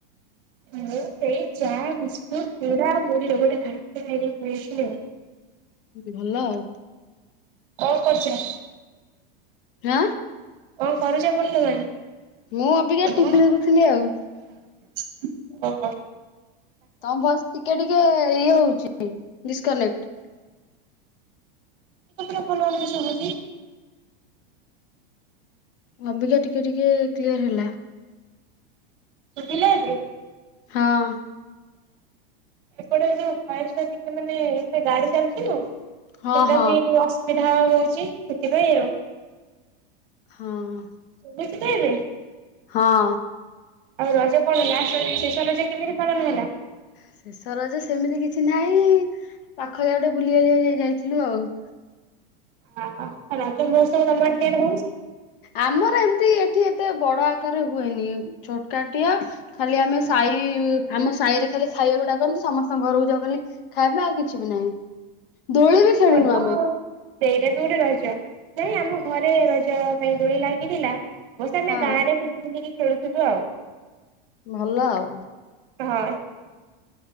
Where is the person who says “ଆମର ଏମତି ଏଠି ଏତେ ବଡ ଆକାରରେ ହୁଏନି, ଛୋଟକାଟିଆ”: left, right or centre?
Left